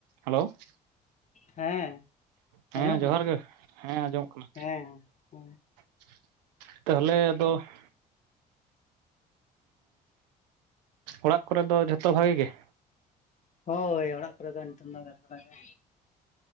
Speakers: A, on the right (about 75°); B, on the left (about 35°).
A: Hello <unintelligible>
B: ᱦᱮᱸ <unintelligible>
A: ᱦᱮᱸ
B: ᱟᱸᱡᱚᱢᱚᱜ
A: ᱡᱚᱦᱟᱨ
B: ᱠᱟᱱᱟ
A: ᱜᱮ ᱦᱮᱸ ᱟᱸᱡᱚᱢᱚᱜ ᱠᱟᱱᱟ᱾
B: ᱦᱮᱸ ᱦᱮᱸ
A: <inaudible> ᱛᱟᱦᱚᱞᱮ ᱟᱫᱚ? <inaudible> ᱚᱲᱟᱜ ᱠᱚᱨᱮ ᱫᱚ ᱡᱷᱚᱛᱚ ᱵᱷᱟᱜᱮ ᱜᱮ? <unintelligible>
B: ᱦᱳᱭ ᱚᱲᱟᱜ <inaudible> ᱫᱚ ᱵᱮᱥ ᱵᱟᱲᱟ ᱜᱮ